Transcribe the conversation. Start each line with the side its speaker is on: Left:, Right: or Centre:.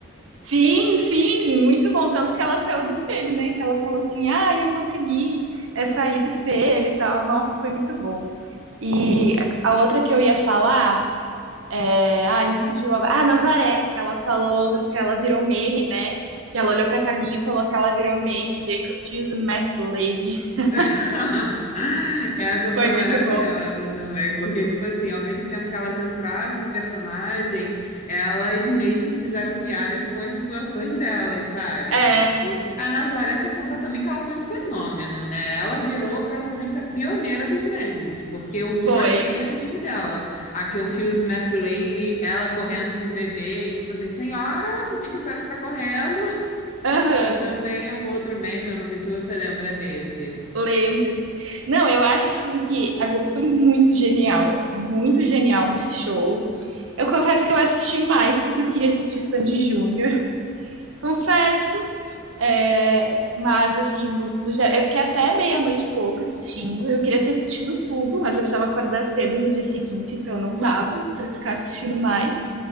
Right: Sim, sim, muito bom. Tanto que ela saiu do espelho, né? Que ela falou assim: ah, eu consegui é, sair do espelho e tal. Nossa, foi muito bom. E a a outra que eu ia falar, é... ai, me fugiu agora. Ah, Nazaré, que ela falou que ela virou meme, né? Que ela olhou pra Carminha e falou que ela virou meme. The Confused Mad Lady. <laughs>
Left: <laughs> Essa
Right: Foi
Left: foi
Right: muito
Left: maravilhosa
Right: bom.
Left: também, porque, tipo assim, ao mesmo tempo que elas entraram no personagem, elas mesmo fizeram piadas com as situações delas, sabe?
Right: É,
Left: E a Nazaré, sem contar também que ela foi um fenômeno, né? Ela virou praticamente a pioneira dos memes, porque o que
Right: foi.
Left: mais tem é meme dela. A Confuse Math Lady, ela correndo com o bebê e, tipo assim, senhora, por que que a senhora está correndo?
Right: Aham.
Left: <laughs> Que também é um outro meme, eu não sei se você lembra desse.
Right: Lembro. Não, eu acho assim que a Globo foi muito genial, assim, muito genial nesse show. Eu confesso que eu assisti mais porque eu queria assistir Sandy Júnior, confesso. É, mas assim, no, no geral, eu fiquei até meia-noite e pouco assistindo. Eu queria ter assistido tudo, mas eu precisava acordar cedo no dia seguinte, então não dava para ficar assistindo mais.